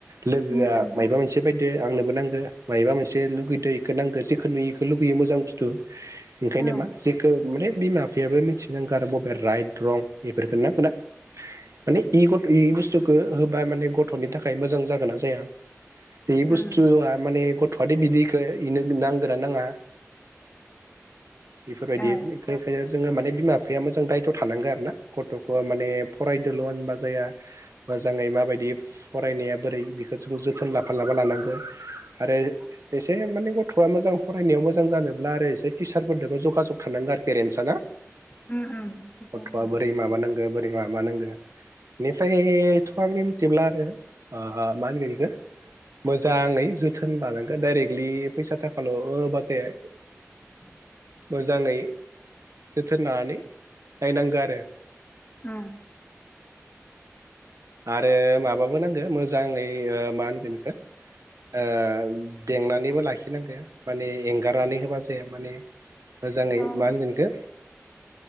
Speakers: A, on the right (about 80°); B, on the left (about 30°).
A: लोगोआ
B: उम उम
A: माबा मोनसे बायदि दो आंनोबो नांगो मायबा मोनसे लुगैदों एखौ नांगो जेखौ नुयो बेखौ लुगैयो मोजां बुस्थु ओंखायनो
B: औ
A: मा जेखौ माने बिमा बिफायाबो मिथिना गार बबे राइट रं बेफोरखौन ना खा माने इ गथ' इ बुस्थुखौ होबा माने गथ'नि थाखाय मोजां जागोन ना जाया बे बुस्थु
B: उम
A: माने गथ थवादे बिदिखौ इनो नांगोना नाङा बेफोरबायदि
B: औ
A: बिखाय खायनो जो माने बिमा बिफाया मोजां दायथ' थानांगोन आरोना गथ'खौ माने फरायदोल' होनबा जाया मोजाङै माबायदि फरायनाया बोरै बेखौ जो जोथोन लाफा लाफा लानांगौ आरो एसे माने गथ'आ मोजां फरायनायाव मोजां जानोब्ला आरो एसे टिचारफोरजोंबोा जगाजग थानांगौ आरो पेरेन्टसाना
B: उम उम थिगखौनो
A: गथ'आ
B: होनदों
A: बोरै माबानांगो बोरै माबानांगो बेनिफ्रायथ' आंनि मथिब्ला आरो मा होनगोन बेखौ मोजाङै जोथोन लानांगो डाइरेक्टलि फैसा थाखाल' बाजाया
B: <unintelligible>
A: मोजाङै जोथोन लानानै नायनांगौ आरो
B: आ
A: आरो माबाबो नांगो मोजाङै ओ मा होनगोन बेखौ ओ बेंनानैबो लाखिनांगो माने एंगारनानै होबा जाया माने मोजाङै
B: औ
A: मा होनगोनखो